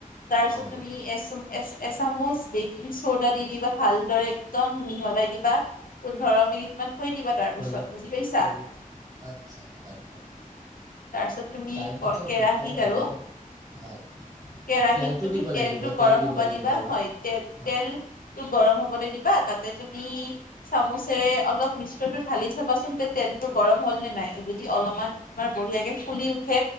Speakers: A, on the left; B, on the right.
A: তাৰ পিছত
B: হয়
A: তুমি এছ এছ চামুচ বেকিং চ'ডা দি দিবা ভালদৰে একদম মিহলাই দিবা পোন্ধৰ মিনিট মান। থৈ দিবা তাৰপিছত
B: পোন্ধৰ
A: বুজি পাইছা
B: পোন আচ্ছা হয় হয়।
A: তাৰ পিছত তুমি
B: তাৰপিছত
A: কেৰাহিত
B: যেতিয়া ঘিলা
A: আৰু
B: পিঠ হয়
A: কেৰাহীত
B: তেলটো
A: তুমি
B: দিব
A: তেলটো
B: লাগিব তেল
A: গৰম
B: দিব
A: হ'ব
B: লাগিব
A: দিবা
B: অলপ
A: হয় তেল
B: হয়
A: তেল গৰম হবলৈ দিবা তাতে তুমি চামুচেৰে অলপ মিশ্ৰতটো ঢালি চাবাচোন তে তেল তেলটু গৰম হ'ল নে নাই, যদি অলপমান বঢ়িয়াকে ফুলি উঠে